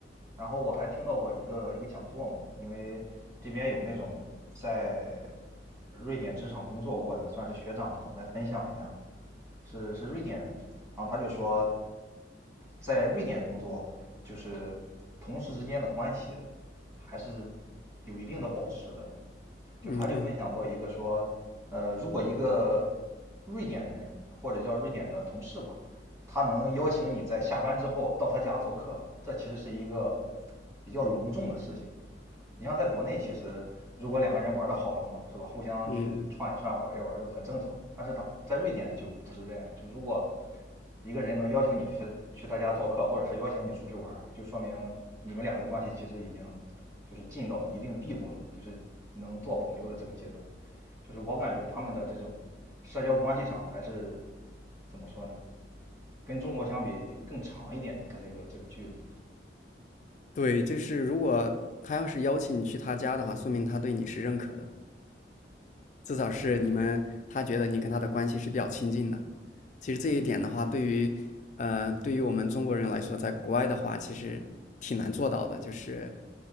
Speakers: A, on the right; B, on the left.
A: 然后我还听到过一个一个讲座嘛，因为这边有那种在瑞典职场工作过的，算是学长嘛，来分享一下是是瑞典人，然后他就说，在瑞典工作，就是同事之间的关系还是有一定的保持的。就他就分享过一个说，
B: 嗯，对，
A: 呃，如果一个瑞典人或者叫瑞典的同事吧，他能邀请你在下班之后到他家做客，这其实是一个比较隆重的事情。你像在国内，其实如果两个人玩的好了嘛，是吧？互相去串一串、
B: 嗯嗯，
A: 玩一玩都很正常。但是当在瑞典就不是这样，就如果一个人能邀请你去去他家做客，或者是邀请你出去玩就说明你们俩的关系其实已经就是近到一定地步了，就是能做朋友的这个阶段。就是我感觉他们的这种社交关系上还是怎么说呢？跟中国相比更长一点，他这个这个距离。
B: 对，就是如果他要是邀请你去他家的话，说明他对你是认可的，至少是你们他觉得你跟他的关系是比较亲近的。
A: 对对对，
B: 其实这一点的话，对于呃对于我们中国人来说，在国外的话，其实挺难做到的，就是